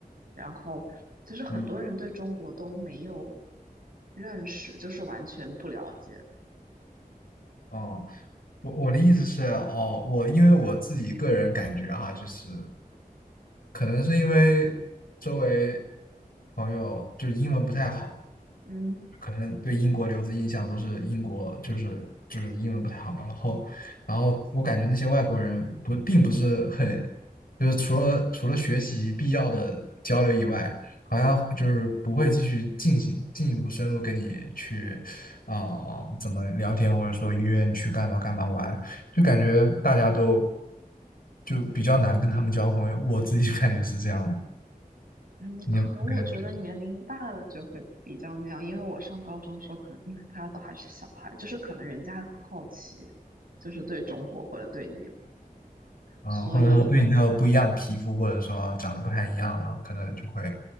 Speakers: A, on the right; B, on the left.
A: 然后就是很多人对中国都没有
B: 嗯
A: 认识，就是完全不了解。
B: 哦。我我的意思是，哦，我因为我自己个人感觉哈，就是可能是因为周围朋友就是英文不太好，
A: 嗯
B: 可能对英国留子印象都是英国就是就是英文不太好嘛，然后然后我感觉那些外国人不并不是很，就是除了除了学习必要的交流以外，好像就是不会继续进行进一步深入跟你去啊、呃怎么聊天，或者说约你去干嘛干嘛玩，就感觉大家都就比较难跟他们交朋友，我自己 <laughs> 感觉是这样的，
A: 嗯，
B: 你有感觉吗？
A: 可能我觉得年龄大了就会比较那样，因为我上高中的时候，可能因为大家都还是小孩，就是可能人家还很好奇，就是对中国或者对你，
B: 啊，
A: 所以
B: 或者说对你这个不一样的皮肤，或者说长得不太一样了，可能就会